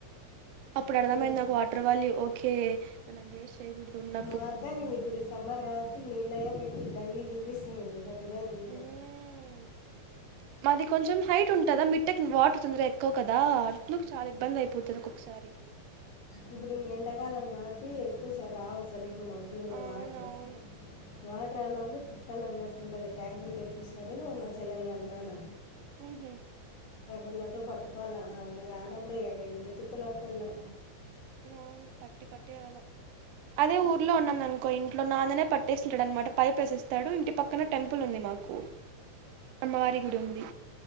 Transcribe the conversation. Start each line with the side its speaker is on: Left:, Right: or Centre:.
Right: అప్పుడు అర్థమైంది
Left: అది.
Right: నా ఒక వాటర్ వాలీ ఓకే మనం వేస్ట్ చేయ్యకూదు ఉన్న
Left: మర్గానికి ఇప్పుడు సమ్మర్ కాబట్టి నీళ్ళ ఎఫెక్ట్ దండిగా చూపిస్తుంది ఈ రోజు ఉండే
Right: మ్మ్ మాది కొంచెం హైట్ ఉంటుందా మిట్టక్ వాటర్ తొందరగా ఎక్కువ కదా అ నుకు చాలా ఇబ్బంది అయిపోతుది ఒొసారి. త్తరి
Left: ఇప్పుడుకా ఎండాకాలం కాబట్టి ఎక్కువ సార్ రావు సర ఇ. ఒక మగ్గుర
Right: అవునవును
Left: వాటర్ వాటర్ అన్నప్పుడు తిప్పలు అన్నట్టుంటది ట్యాంకర్లు. చూస్తారు మా చెల్లెల వల్లన నాన
Right: హుహు
Left: ఎళతో పట్టుకోల అ రానప్పుడక ఎంత ఇప్పలు పాటల్లో
Right: అవును పట్టి పట్టే అలా అదే ఊర్లో ఉన్నా అనుకో ఇంట్లో నాన్ననే పట్టేస్తుినాడు అనమాట పై ప్రశిస్తాడు ఇంటి పక్కన టెంపుల్ ఉంది మామాట. నాకు అమ్మవారి గుడి ఉంది.